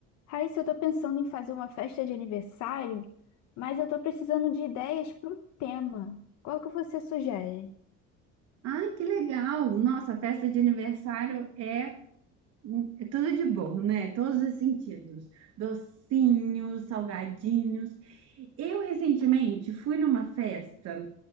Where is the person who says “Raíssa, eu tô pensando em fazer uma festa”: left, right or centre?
Left